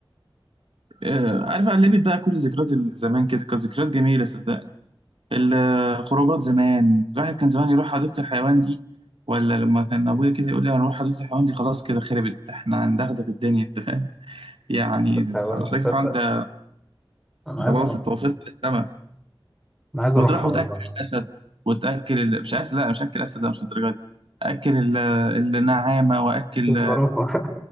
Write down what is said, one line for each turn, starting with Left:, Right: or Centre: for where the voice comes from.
Right: آه عارف قلبت بقى كل ذكريات زمان كده كانت ذكريات جميلة صدقني الخروجات زمان الواحد كان زمان يروح حديقة الحيوان دي ولا لما كان ابويا كده يقول لي هنروح حديقة الحيوان دي خلاص كده خربت احنا هندغدغ الدنيا انت فاهم يعني
Centre: حيوان
Right: حديقة
Centre: تصدق
Right: الحيوان ده
Centre: انا
Right: خلاص
Centre: عايز اروح
Right: انت وصلت للسما
Centre: انا عايز اروحها
Right: وتروح وتاكل
Centre: والله
Right: الاسد وتاكل ال... مش اسد لا مش اكل اسد لا مش الدرجه دي اكل ال... النعامه واكل
Centre: الزرافه